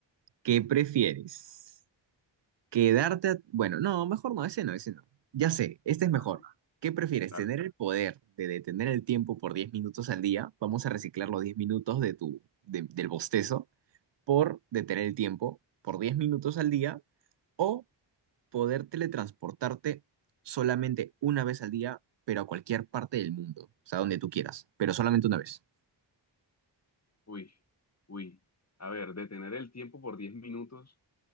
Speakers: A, on the right; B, on the left.
A: ¿Qué prefieres? ¿Quedarte a- Bueno, no, mejor no, ese no, ese no. Ya sé, este es
B: Ajá,
A: mejor. ¿Qué prefieres?
B: dale.
A: ¿Tener el poder de detener el tiempo por 10 minutos al día? Vamos a reciclar los 10 minutos de tu, de- del bostezo por detener el tiempo por 10 minutos al día. O poder teletransportarte solamente una vez al día, pero a cualquier parte del mundo, o sea, donde tú quieras, pero solamente una vez.
B: Uy, uy. A ver, detener el tiempo por diez minutos